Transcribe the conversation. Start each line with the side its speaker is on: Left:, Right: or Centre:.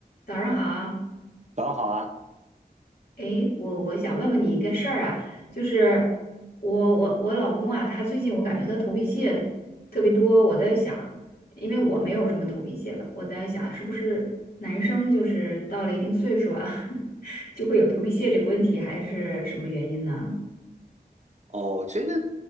Left: 早上好，
Right: 早上好啊！
Left: 诶，我我想问问你一个事儿啊，就是我我我老公啊，他最近我感觉他头皮屑特别多，我在想，因为我没有什么头皮屑吧，我在想是不是男生就是到了一定岁数啊，<laughs> 就会有头皮屑这个问题，还是什么原因呢？
Right: 哦，这个